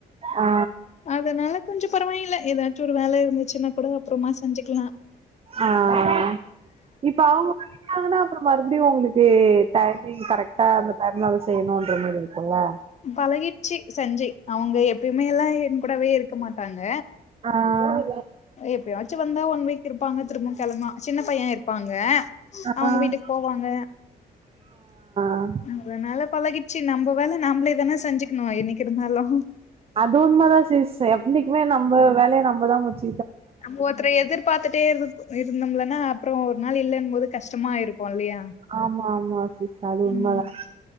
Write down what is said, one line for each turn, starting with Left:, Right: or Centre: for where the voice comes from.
Right: ஆ
Left: அதனால கொஞ்சம் பரவாயில்ல ஏதாச்சும் ஒரு வேல இருந்து ச்சுன்னாக் கூட அப்றமா செஞ்சுக்கலாம்
Right: ஆஹ் இப்ப அவுங்க போய்ட்டாங்கன்னா அப்புறம் மறுப் எப்டியும் உங்களுக்கு டைமிங் கரெக்டா அந்த டைம்ல அத செய்யணுன்ற மாரி இருக்குல்ல
Left: பழகிருச்சி செஞ்சி அவுங்க எப்புயுமே எல்லாம் என் கூடவே இருக்க மாட்டாங்க
Right: ஆ
Left: எப்பயாச்சும் வந்தா ஒன் வீக் இருப்பாங்க திரும்பவும் கெளம்னா சின்ன பையன் இருப்பாங்க
Right: ஆ
Left: அவுங்க வீட்டுக்கு போவாங்க
Right: ஆ
Left: அதனால பலகிச்சு நம்ப வேல நாம்பளே தான செஞ்சுக்கணும் என்னைக்கு இருந்தாலும்
Right: அது உண்மதான் சிஸ் எப்னைக்குமே நம்ப வேலைய நம்பதான் முடிச்
Left: நம்ப ஒருத்தர எதுர்பாத்துட்டே இரு இருந்தோம்லன்னா அப்புறம் ஒரு நாள் இல்லன்னும் போது கஷ்டமாயிருக் க்கும் இல்லையா
Right: ஆமா ஆமா சிஸ் அது
Left: ம்
Right: உண்மதா